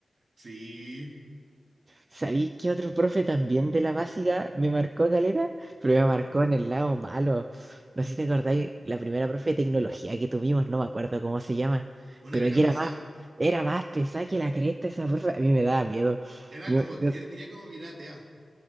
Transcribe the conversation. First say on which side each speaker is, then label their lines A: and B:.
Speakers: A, on the right (about 55°); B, on the right (about 25°).
A: sí.
B: ¿Sabís que otro profe también de la básica me marcó caleta? Pero
A: ¿Quién?
B: me marcó en el lado malo. No sé si te acordáis, la primera profe de tecnología que tuvimos, no me acuerdo cómo se llama,
A: Una
B: pero
A: que era
B: que
A: pesada.
B: era más, era más pesada que la cresta esa profe. A mí me daba miedo.
A: Era
B: Yo,
A: como,
B: yo
A: era- tenía como mirada atea.